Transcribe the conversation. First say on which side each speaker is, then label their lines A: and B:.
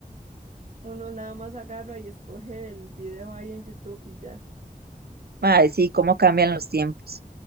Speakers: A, on the right; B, on the right.
A: uno nada más agarra y escoge el video ahí en YouTube y ya.
B: Mae, sí, cómo cambian los tiempos.